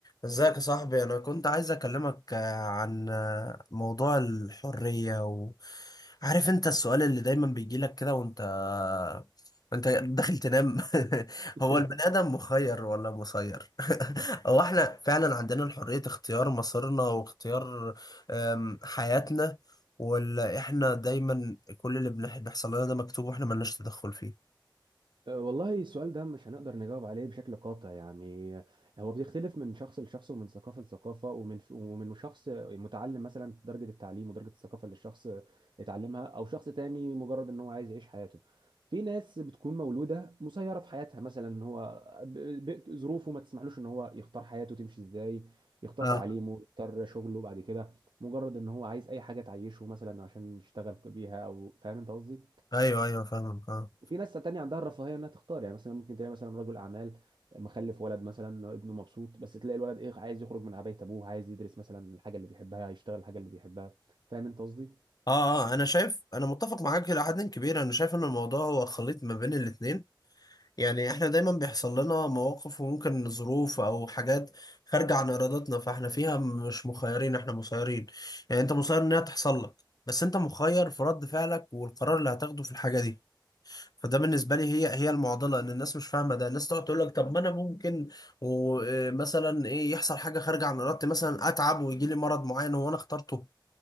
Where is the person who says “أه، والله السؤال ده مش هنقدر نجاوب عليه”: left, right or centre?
Right